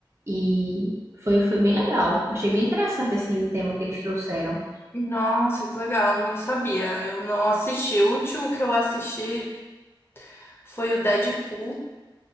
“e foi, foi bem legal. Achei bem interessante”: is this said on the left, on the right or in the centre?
Right